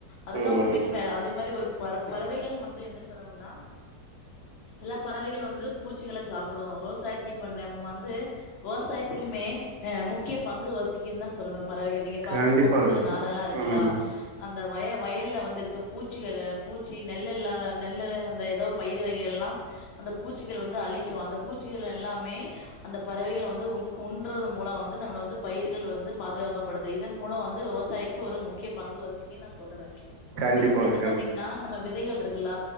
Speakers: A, on the left; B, on the right.
A: அதெல்லாம்
B: ம்
A: உண்மைக்குமே அதே மாறி ஒரு பற பறவைகள் வந்து என்ன சொன்னனா சில பறவைகள் வந்து பூச்சிகளை சாப்புடும் விவசாயத்தை இப்ப நம்ம வந்து விவசாயத்திலயுமே ஹ முக்கிய பங்கு வசிக்குன்னு தான் சொல்லுவேன் பறவைகள் நீங்க பாரு
B: கண்டிப்பாங்க
A: கொக்கு நாரல்லாம் இருக்குல்லா
B: ம்
A: அ அந்த வய வயல்ல வந்து இருக்க பூச்சிகள பூச்சி நெல்லெல்லா நெல்லு அது ஏதோ பயிர் வகைகள் எல்லாம் அந்த பூச்சிகள் வந்து அழிக்கும். அந்த பூச்சிகள் எல்லாமே அந்த பறவைகள் வந் வந்து உண்றது மூலம் வந்து நம்ப வந்து பயிர்கள் வந்து பாதுகாக்கப்படுது. இதன் மூலம் வந்து விவசாய்க்கு ஒரு முக்கிய பங்கு வசிக்குனு நா சொல்லுவேன்
B: கண்டிப்பாங்க
A: மேலும் என்ன
B: கண்டிப்பா
A: பண்ணீங்கன்னா நம்ம விதைகள் இருக்குல்ல